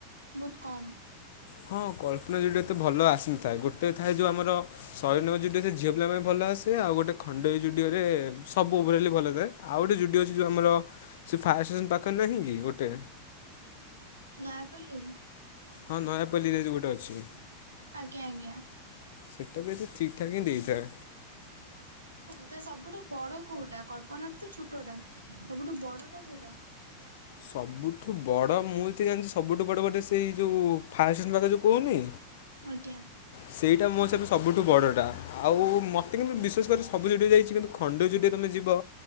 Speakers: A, on the right (about 80°); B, on the left (about 55°).
A: ବୋହୁତ କମ୍।
B: ହଁ କଳ୍ପନା ଯୁଡ଼ିଓ ଏତେ ଭଲ ଆସିନଥାଏ। ଗୋଟେ ଥାଏ ଯେଉଁ ଆମର ସହିଦ ନଗର ଜୁଡିଓ ସେ ଝିଅ ପିଲା ପାଇଁ ଭଲ ଆ ସେ ଆଉ ଗୋଟେ ଖଣ୍ଡୋଇ ଜୁଡ଼ିଓରେ ସବୁ ଓଭରାଲି ଭଲ ଥାଏ। ଆଉ ଗୋଟେ ଜୁଡ଼ିଓ ଅଛି ଯୋଉ ଆମର ସେଏ ଫାୟାର୍ ଷ୍ଟେସନ ପାଖରେ ନାହିଁ କି? ଗୋଟେ
A: ନୟାପଲ୍ଲୀ?
B: ହଁ ନୟାପଲ୍ଲୀରେ ଯୋଉ ଗୋଟେ ଅଛି।
A: ଆଜ୍ଞା ଆଜ୍ଞା।
B: ସେଇଟା ବି ଏତେ ଠିକ୍ ଠାକ୍ ହିଁ ଦେଇଥାଏ।
A: ହଁ ତ ସବୁଠୁ ବଡ କୋଉଟା? କଳ୍ପନାର ତ ଛୋଟଟା। ସବୁଠୁ ବଡ଼ ଟା କୋଉଟା?
B: ସବୁଠୁ ବଡ଼ ମୁଁ ଯେତିକି ଜାଣିଚି ସବୁଠୁ ବଡ଼ ବୋଧେ ସେଇ ଯୋଉ ଫାୟାର ଷ୍ଟେସନ ପାଖରେ ଯୋଉ କୋହୁନି
A: ଆଜ୍ଞା।
B: ସେଇଟା ମୋ ହିସାବରେ ସବୁଠୁ ବଡ଼ଟା। ଆଉ ମୋତେ କିନ୍ତୁ ବିଶେଷ କରି ସବୁ ଜୁଡିଓ ଯାଇଚି। କିନ୍ତୁ ଖଣ୍ଡଗିରି ଜୁଡିଓଦ ତମେ ଯିବ।